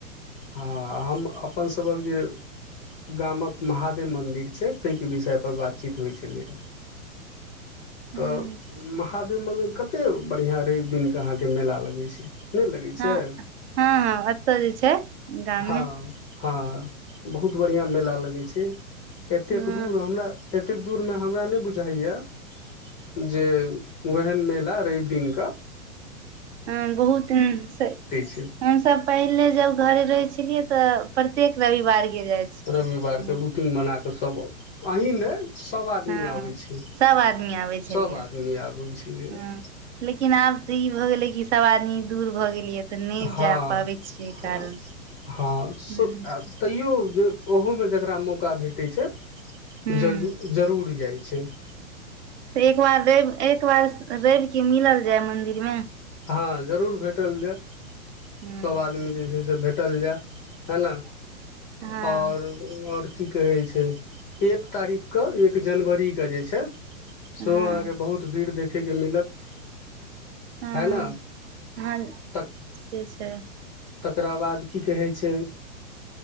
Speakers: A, on the left; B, on the right.
A: हँ हम अपनसभक जे गामक महादेव मन्दिर छै। ताहिके विषय पर बातचीत होइ छलैए
B: हूँ
A: तऽ म खादे मन्दिर कते बढ़ियां रबि दिनके अहाँ के मेला लगै छै। नहि लगै
B: हँ
A: छै
B: हँ हँ अत जे छै। गाममे
A: हँ हँ बहुत बढ़िआं मेला लगै छै। एतेक
B: हँ
A: दूर हमरा एतेक दूर मे हमरा नहि बुझ बुझाइय जे ओहेन मेला रबि दिनक ज
B: हँ बहुत हं स
A: छै
B: हम सब पहिले जब घरे रहै छलियै तऽ प्रत्येक रविवार गेल जाइ छलियै
A: रविवारके रूटीन बना कऽ सभ आओ अहीं ने सोब आदमी
B: हँ
A: आबै छै।
B: सब आदमी आबै छलियै
A: सोब आदमी आबै छलये
B: हँ लेकिन आब तऽ ई भऽ गेलै कि सब आदमी दूर भऽ गेलियै तऽ नहि
A: हँ
B: जा पाबै छियै
A: ह
B: कारण
A: हँ स
B: हूँ
A: तैयो जे ओहु में जेकरा मौका भेटे छै।
B: हूँ
A: ज जरूर जाय छै। अ छय
B: तऽ एक बार रैव एक बार रैव के मिलल जाय मंदिर मे
A: हँ जरूर भेटल जायऽ
B: हँ
A: सब आदमी जे छै। भेटल जायऽ हे ना
B: हँ
A: और और की कहै छय एक तारीक के एक जनवरी के जे छय
B: हँ
A: सेहो अहाँ के बहुत भीड़ देखयके मिलत
B: हम्म
A: है ने
B: ह
A: त
B: से छै।
A: तकरा बाद की कहय छय